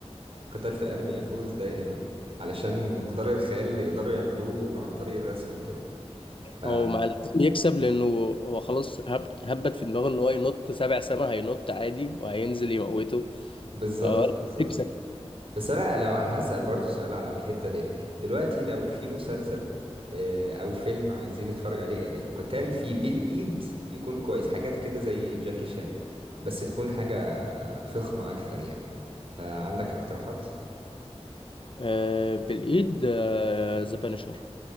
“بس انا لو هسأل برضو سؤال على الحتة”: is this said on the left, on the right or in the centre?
Right